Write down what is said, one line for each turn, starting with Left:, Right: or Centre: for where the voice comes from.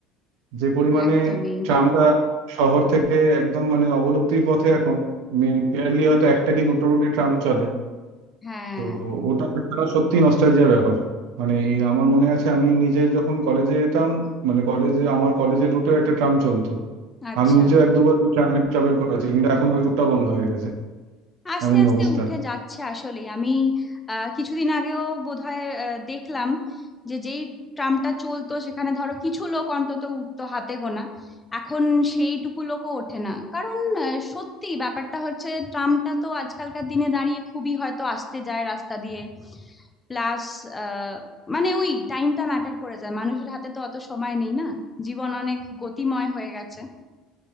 Right: যে পরিমাণে
Left: একদমই
Right: ট্রামটা শহর থেকে একদম মানে অবলুপ্তির পথে এখন বিয়ারলি হয়তো একটা কি দুটো রুটে ট্রাম চলে
Left: হ্যাঁ
Right: তো ওটা একটা সত্যি নস্টালজিয়ার ব্যাপার মানে এই আমার মনে আছে আমি নিজে যখন কলেজে যেতাম মানে কলেজে আমার কলেজের রুটেও একটা ট্রাম চলতো
Left: আচ্ছা
Right: আমি নিজেও এক দুবার ওই ট্রামে ট্রাভেল করেছি কিন্তু এখন ওই রুটটা বন্ধ হয়ে গেছে
Left: আস্তে
Right: এমনই
Left: আস্তে
Right: অবস্থা
Left: উঠে যাচ্ছে আসলেই আমি আহ, কিছুদিন আগেও বোধহয় আহ, দেখলাম যে যেই ট্রামটা চলতো সেখানে ধরো কিছু লোক অন্তত উঠতো হাতে গোনা এখন সেইটুকু লোকও ওঠে না কারণ আহ, সত্যি ব্যাপারটা হচ্ছে ট্রামটা তো আজকালকার দিনে দাঁড়িয়ে খুবই হয়তো আসতে যায় রাস্তা দিয়ে প্লাস মানে ওই টাইমটা ম্যাটার করে যায় মানুষের হাতে তো অত সময় নেই না জীবন অনেক গতিময় হয়ে গেছে